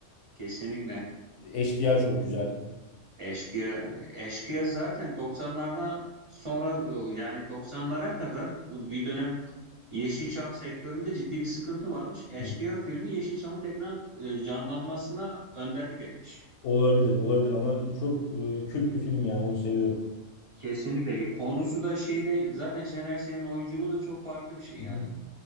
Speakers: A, on the right (about 40°); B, on the left (about 70°).
A: Kesinlikle.
B: Eşkıya çok güzel.
A: Eşkıya, Eşkıya zaten 90'lardan sonra e, yani 90'lara kadar bir dönem Yeşilçam sektöründe ciddi bir sıkıntı varmış. Eşkıya
B: Hı.
A: filmi Yeşilçam'ın tekrar e, canlanmasına önderlik etmiş.
B: Olabilir, olabilir ama çok e, kült bir film yani onu seviyorum.
A: Kesinlikle. Konusu da şeyde zaten Şener Şen'in oyunculuğu da çok farklı bir şey yani.
B: Hı hı.